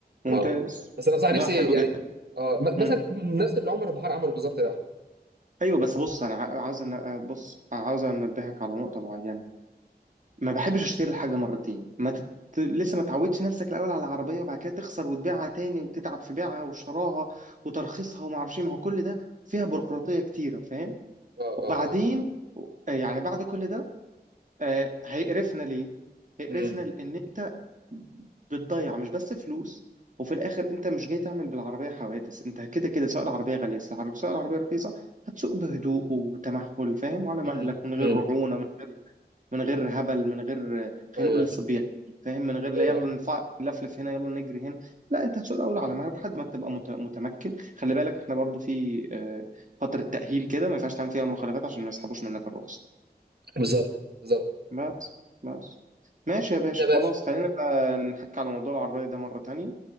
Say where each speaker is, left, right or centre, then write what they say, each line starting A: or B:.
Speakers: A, on the right; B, on the right.
A: ممتاز
B: اه بس انا بصراحه
A: لا
B: نفسي
A: حلو
B: يعني
A: جدا
B: اه م-
A: مم.
B: مثلا نفس اللي عمر البحار عمله بالظبط ده اه
A: ايوه بس بص انا ع- عاوز أن... بص عاوز انبهك على نقطه معينه ما بحبش اشتري الحاجه مرتين ما تت... لسه ما تعودش نفسك الاول على العربيه وبعد كده تخسر وتبيعها تاني وتتعب في بيعها وشراها وترخيصها وما اعرفش إيه. ما هو كل ده فيها بيروقراطيه كتيره فاهم
B: اه
A: وبعدين
B: اه
A: يعني بعد كل ده آه، هيقرفنا ليه؟ هيقرفنا
B: امم
A: لأن أنت بتضيع مش بس فلوس وفي الآخر أنت مش جاي تعمل بالعربية حوادث أنت كده كده سواء العربية غالية سواء العربية سواء العربية رخيصة هتسوق بهدوء وتمهل فاهم وعلى مهلك
B: امم
A: من غير
B: امم
A: رعونة من غير من غير هبل من غير آه، خلينا
B: ايوه
A: نقول صبيان فاهم من غير لا
B: ايوه
A: يلا
B: ايوه
A: نفع- نلفلف هنا يلا نجري هنا لا انت هتسوق الاول على مهلك لحد ما تبقى مت- متمكن خلي بالك احنا برضو في آه، فتره تاهيل كده ما ينفعش تعمل فيها مخالفات عشان ما يسحبوش منك الرخصه
B: بالظبط بالظبط
A: بس بس ماشي يا باشا
B: ماشي يا باشا
A: خلاص خلينا بقى نحكي على موضوع العربية ده مرة تانية